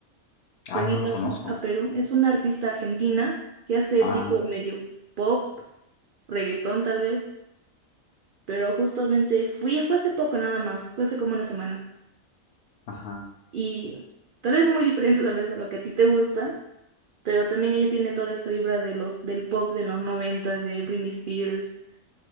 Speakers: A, on the left; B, on the right.
A: Ay,
B: que vino
A: no lo conozco.
B: a Perú. Es una artista argentina que hace
A: Ah,
B: tipo medio pop, reggaetón tal vez pero justamente fui, fue hace poco nada más, fue hace como una semana.
A: ajá,
B: Y tal vez muy diferente tal vez a lo que a ti te gusta, pero también ella tiene toda esta vibra de los, del pop de los 90 de Britney Spears.